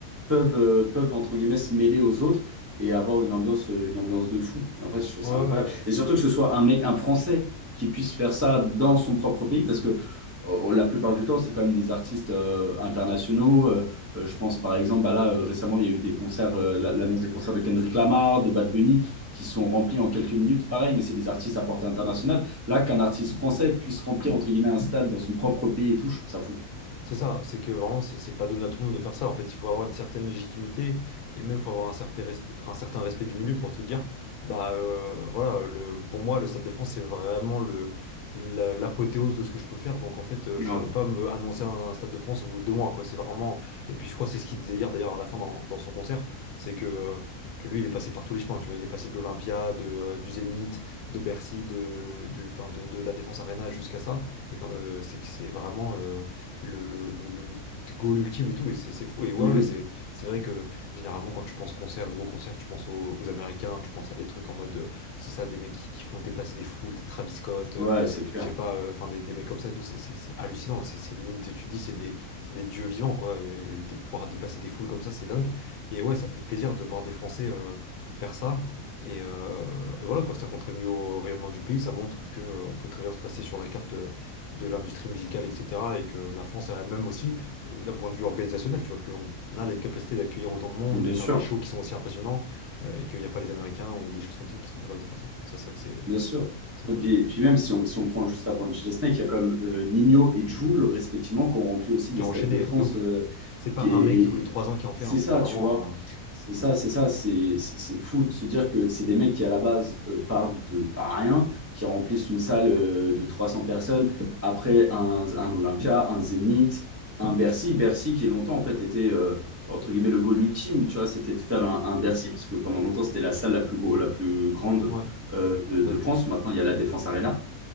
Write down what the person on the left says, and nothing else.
Ouais,
ouais.
C'est ça, c'est que vraiment, c'est c'est pas donné à tout le monde de faire ça. En fait, il faut avoir une certaine légitimité et même il faut avoir un certain respect, un certain respect du milieu pour te dire, bah euh, voilà, le, pour moi, le Stade de France, c'est vraiment le, la- l'apothéose de ce que je peux faire. Donc en fait, euh,
je peux pas me annoncer un, un Stade de France au bout de deux mois, quoi. C'est vraiment. Et puis je crois que c'est ce qu'il disait hier d'ailleurs à la fin dans, dans son concert, c'est que, euh, que lui, il est passé par tous les chemins, tu vois. Il est passé de l'Olympia, de, euh, du Zénith, de Bercy, de, de, enfin, de, de la Défense Arena jusqu'à ça. Et quand, euh, c'est que c'est vraiment. euh, le, le, le, le goal ultime et tout, et c'est c'est fou. Et ouais,
ouais, c'est c'est vrai que généralement, quand tu penses concert, gros concert, tu penses aux, aux Américains, tu penses à des trucs en mode, euh, c'est ça, des mecs qui, qui font dépasser des foules, des Travis Scott, euh,
j'ai pas, euh, enfin, des, des mecs comme ça, et tout, c'est c'est- c'est hallucinant, c'est c'est limite, tu te dis, c'est des, c'est des dieux vivants, quoi, et des- pouvoir déplacer des foules comme ça, c'est dingue. Et ouais, ça fait plaisir de voir des Français euh, faire ça. Et, euh, et voilà quoi, ça contribue au rayonnement du pays, ça montre que euh, on peut très bien se placer sur la carte euh, de l'industrie musicale, etc. Et que la France a même aussi, euh, d'un point de vue organisationnel, tu vois, qu'on a les capacités d'accueillir autant de monde,
de faire
des shows qui sont aussi impressionnants, euh, et qu'il n'y a pas les Américains ou des choses comme ça qui sont capables de faire ça. Ça, c'est vrai que c'est
c'est
cool.
Qui a
enchaîné,
de ouf.
C'est pas
un mec tous les trois ans qui en fait
un, c'est
vraiment
euh, ouais,
de France.